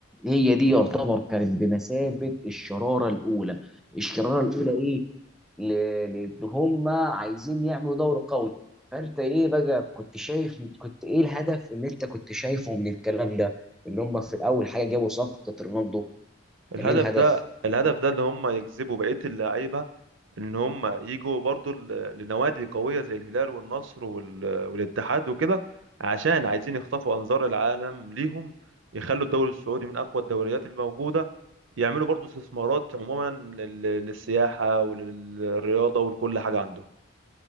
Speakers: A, in the centre; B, on the right (about 70°).
A: هي دي يعتبر كانت بمثابة الشرارة الأولى الشرارة الأولى إيه ل- لأن هما عايزين يعملوا دوري قوي فأنت إيه بقى كنت شايف كنت إيه الهدف اللي أنت كنت شايفه من الكلام ده إن هما في الأول حاجة جابوا صفقة رونالدو
B: الهدف
A: كان إيه الهدف
B: ده الهدف ده اللي هم يجذبوا بقية اللعيبة ان هم يجوا برضو ل- لنوادي قوية زي الهلال والنصر وال- والاتحاد وكده عشان عايزين يخطفوا انظار العالم ليهم يخلوا الدوري السعودي من اقوى الدوريات الموجودة يعملوا برضو استثمارات عموما لل- للسياحة وللرياضة ولكل حاجة عندهم